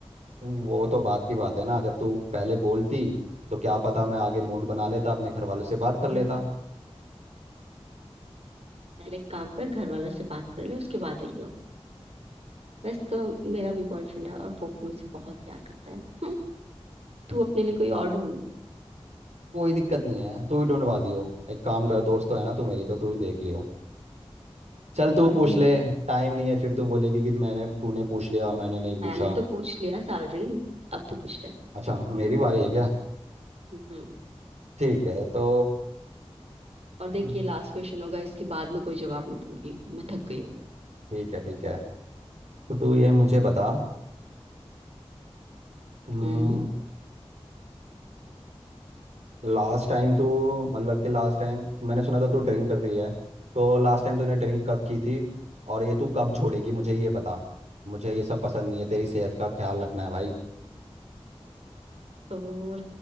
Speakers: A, on the right (about 90°); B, on the right (about 70°).
A: वो तो बात की बात है ना जब तू पहले बोलती तो क्या पता मैं आगे मूड बना लेता अपने घर वालों से बात कर
B: हम्म।
A: लेता
B: पहले एक काम कर घर वालों से बात कर ले उसके बाद आइयो वैसे तो मेरा भी बॉयफ्रेंड है और वो भी मुझसे बहुत प्यार करता है हम्म, तू अपने लिए कोई और ढूंढ
A: कोई दिक्कत नहीं है तू ही ढूंढवा दियो एक काम कर दोस्त तो है ना तू मेरी तो तू ही देख लियो चल तू
B: वाह
A: पूछ
B: ठीक
A: ले टाइम नहीं है फिर तू बोलेगी कि मैंने तूने पूछ लिया मैंने नहीं पूछा
B: मैंने तो पूछ लिया सैलरी अब तू पूछ ले
A: अच्छा मेरी बारी है क्या
B: हम्म
A: ठीक है तो
B: और देख
A: ठीक
B: ये लास्ट क्वेश्चन होगा इसके बाद में कोई जवाब नहीं दूंगी मैं थक गई हूँ
A: है ठीक है तो तू ये मुझे बता हम्म,
B: हम्म
A: लास्ट टाइम तू मतलब कि लास्ट टाइम तो मैंने सुना था तू ड्रिंक कर रही है तो लास्ट टाइम तूने ड्रिंक कब की थी और ये तू कब छोड़ेगी मुझे ये बता मुझे ये सब पसंद नहीं है तेरी सेहत का ख्याल रखना है भाई
B: तो